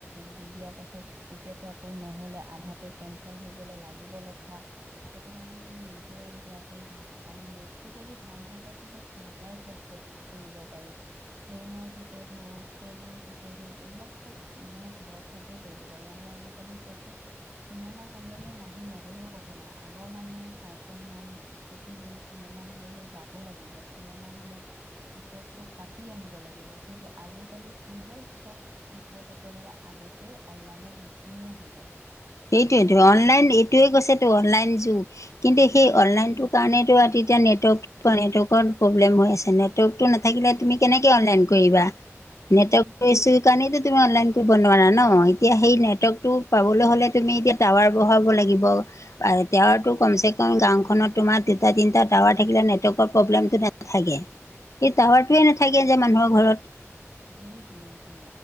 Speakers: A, on the right; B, on the left.
A: দি দিয়াৰ পাছত তেতিয়াতো আকৌ নহ'লে আধাতে কেনঞ্চেল হৈ গ'লে লাগিব লেঠা। সেইটো কাৰণে মানে নিজে যোৱাটোৱেই ভাল কাৰণ নেটটো যদি ভাল থাকে কিন্তু ঘৰৰ পৰাই চব টি - কৰিব পাৰি। প্লেইনৰ টিকেট হওঁক, ট্ৰেইনৰ টিকেট হওঁক, এইবিলাক চব মানে ঘৰত থাকিয়ে কৰিব পাৰি আৰু আজিকালি চোৱা চোন চিনেমা হললৈ মানুহ নগ'লেও কথা নাই, আগৰ মানুহে চাইকেল মাৰি স্কুটি লৈ চিনেমা হললৈ যাব লাগিব, চিনেমা হলত টিকেটটো কাটি আনিব লাগিব। কিন্তু আজিকালি কি হ'ল, চব টি টিকেট একেবাৰে আগতেই অনলাইনত বুকিঙে হৈ থাকে।
B: সেইটোয়েতো
A: যদি
B: অনলাইন এইটোয়ে কৈছেতো অনলাইন যুগ, কিন্তু সেই অনলাইনটো কাৰণেতো অ', তেতিয়া নেটৱৰ্ক নেটৱৰ্কৰ প্ৰব্লেম হৈ আছে। নেটৱৰ্কটো নাথাকিলে তুমি কেনেকে অনলাইন কৰিবা? নেটৱৰ্কটো
A: সেইটোৱেই
B: ইছুৰ কাৰণটো তুমি অনলাইন কৰিব নোৱাৰা ন? এতিয়া সেই নেটৱৰ্কটো পাবলৈ হ'লে তুমি এতিয়া টাৱাৰ বহাব লাগিব। আৰু টাৱাৰতটো কমচে কম গাঁওখনত তোমাৰ দুটা তিনিটা টাৱাৰ থাকিলে নেটৱৰ্কৰ প্ৰব্লেমটো নাথাকে।
A: <unintelligible>
B: সেই টাৱাৰটোৱে নাথাকে যে মানুহৰ ঘৰত।
A: সেইটোৱেইটো।